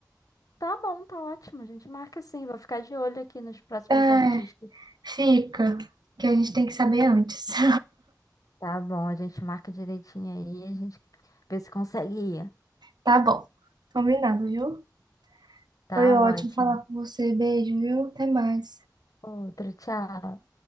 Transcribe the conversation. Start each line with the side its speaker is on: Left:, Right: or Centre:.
Left: Tá bom, tá ótimo, a gente marca sim. Vou ficar de olho aqui nos próximos
Right: É,
Left: artistas.
Right: Fica, que a gente tem que saber antes. <laughs>
Left: Tá bom, a gente marca direitinho aí, a gente vê se consegue ir.
Right: Tá bom, combinado, viu?
Left: Tá
Right: Foi ótimo
Left: ótimo.
Right: falar com você. Beijo, viu? Até mais.
Left: Outro, tchau.